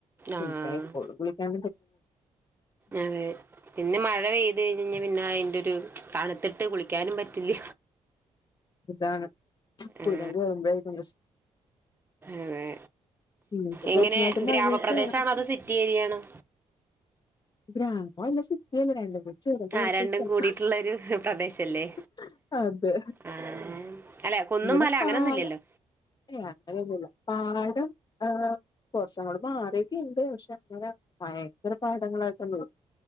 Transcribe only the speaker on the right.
ആഹ്
അതെ പിന്നെ മഴ പെയ്തു അത് ക പിന്നെ അയിന്റെ ഒരു തണുത്തിട്ട് കുളിക്കാനും പറ്റില്ല
ആ
അതെ
എങ്ങനെ
ഗ്രാമപ്രദേശ ആണോത് സിറ്റി ഏരിയയാണോ?
ആ രണ്ടും കൂടിയിട്ടുള്ള
ഒരു പ്രദേശല്ലേ
ആ അല്ല കുന്നും
മല
അങ്ങനൊന്നുംല്ലല്ലോ